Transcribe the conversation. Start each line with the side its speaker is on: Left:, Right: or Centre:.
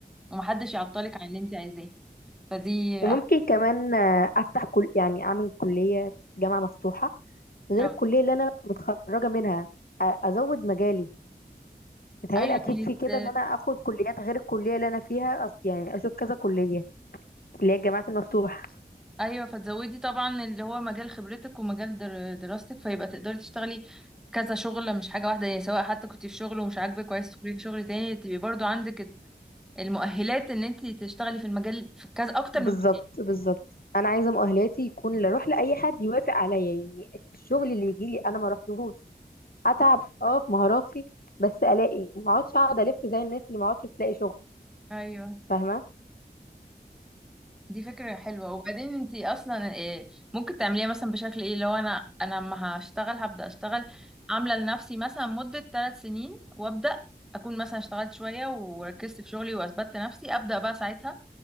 Centre: ومحدش يعطلك عن اللي انت عايزاه فدي
Left: وممكن
Centre: أح...
Left: كمان آه، افتح كل يعني اعمل كليه جامعه مفتوحه غير
Centre: اه
Left: الكليه اللي انا متخرجه منها أ- ازود مجالي متهيألي
Centre: ايوه
Left: اكيد
Centre: يت-
Left: في كده ان انا اخد كليات غير الكليه اللي انا فيها أص- يعني اشوف كذا كليه اللي هي الجامعات المفتوحه
Centre: ايوه فتزودي طبعا اللي هو مجال خبرتك ومجال در... دراستك فيبقى تقدري تشتغلي كذا شغلة مش حاجة واحدة يعني سواء حتى كنت في شغل ومش عاجبك وعايز تدخلي في شغل تاني تبقي برضو عندك المؤهلات ان انت تشتغلي في المجال في كذا اكتر
Left: بالظبط
Centre: من مجال
Left: بالظبط انا عايزه مؤهلاتي يكون لا اروح لاي حد يوافق عليا يعني الشغل اللي يجي لي انا ما اروحلهوش اتعب اه في مهاراتي بس الاقي ما اقعدش اقعد الف زي الناس اللي ما اقعدش تلاقي شغل
Centre: ايوه
Left: فاهمه
Centre: دي فكرة حلوة وبعدين انت اصلا إيه ممكن تعمليها مثلا بشكل ايه لو انا انا اما هشتغل هبدأ اشتغل عاملة لنفسي مثلا مدة ثلاث سنين وابدأ اكون مثلا اشتغلت شوية وركزت في شغلي واثبتت نفسي ابدأ بقى ساعتها